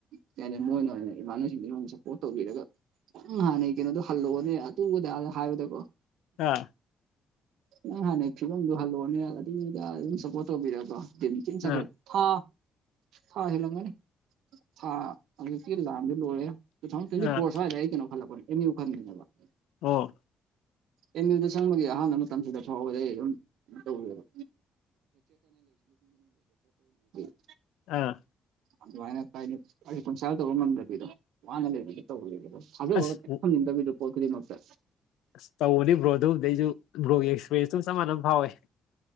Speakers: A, on the right (about 80°); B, on the left (about 85°).
A: ꯀꯩ ꯍꯥꯏꯅꯤ ꯃꯣꯏꯅ ꯑꯣꯏꯅ ꯏꯃꯥꯟꯅꯕꯁꯤꯡꯗꯨꯅ ꯃꯣꯏꯅ ꯁꯞꯄꯣꯔꯠ ꯇꯧꯕꯤꯔꯒ ꯎꯪ ꯍꯥꯟꯅꯩ ꯀꯩꯅꯣꯗꯣ ꯍꯜꯂꯛꯑꯣꯅꯦ ꯑꯗꯨꯗ ꯍꯥꯏꯕꯗꯀꯣ
B: ꯑꯥ
A: ꯅꯪ ꯍꯥꯟꯅꯩ ꯐꯤꯕꯝꯗꯣ ꯍꯜꯂꯛꯑꯣꯅꯦ ꯑꯗꯨꯗ ꯑꯗꯥ ꯑꯗꯨꯝ ꯁꯞꯄꯣꯔꯠ ꯇꯧꯕꯤꯔꯕꯣ ꯆꯨꯝꯅ ꯑꯗꯨꯝ ꯆꯠꯈ꯭ꯔꯦ
B: ꯑꯥ
A: ꯊꯥ ꯊꯥꯍꯦꯜꯂꯝꯒꯅꯤ ꯊꯥ ꯍꯧꯖꯤꯛꯇꯤ ꯂꯥꯟꯁꯨ ꯂꯣꯏꯔꯦ ꯇꯨ ꯊꯥꯎꯖꯟ ꯇꯣꯏꯟꯇꯤ
B: ꯑꯥ
A: ꯐꯣꯔ ꯑꯁꯨꯋꯥꯏꯗ ꯑꯩ ꯀꯩꯅꯣ ꯈꯜꯂꯛꯄꯅꯦ ꯑꯦꯝꯃꯨ ꯈꯟꯕꯅꯦ
B: ꯑꯣ
A: ꯑꯦꯝ ꯌꯨꯗ ꯆꯪꯕꯒꯤ ꯑꯍꯥꯟꯕ ꯃꯇꯝꯗꯨꯗ ꯐꯥꯎꯕꯗ ꯑꯩ ꯑꯗꯨꯝ ꯇꯧꯑꯦꯕ <unintelligible>
B: ꯑꯥ
A: ꯑꯗꯨꯃꯥꯏꯅ <unintelligible> ꯇꯧꯕ ꯉꯝꯗꯕꯤꯗꯣ ꯋꯥꯅ ꯂꯩꯕꯤꯗꯣ ꯇꯧꯕ ꯑꯗꯣ ꯊꯥꯖꯕꯥ
B: ꯑꯁ
A: ꯊꯝꯅꯤꯡꯗꯕꯗꯣ ꯄꯣꯠ ꯈꯨꯗꯤꯡꯃꯛꯇ
B: ꯑꯁ ꯇꯧꯕꯅꯤ ꯕ꯭ꯔꯣ ꯑꯗꯨꯕꯨꯗꯤ ꯑꯩꯁꯨ ꯕ꯭ꯔꯣꯒꯤ ꯑꯦꯛꯁꯄꯤꯔꯦꯟꯁꯇꯒ ꯆꯞ ꯃꯥꯟꯅꯥꯅ ꯐꯥꯎꯋꯦ